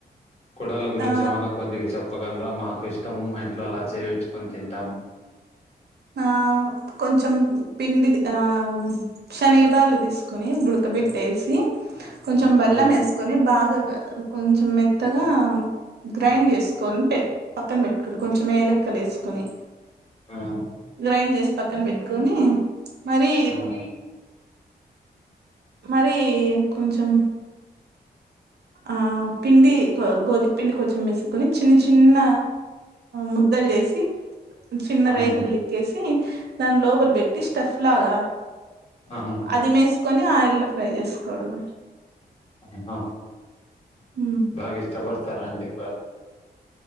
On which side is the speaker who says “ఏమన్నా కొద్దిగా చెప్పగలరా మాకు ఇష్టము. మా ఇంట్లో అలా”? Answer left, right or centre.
Left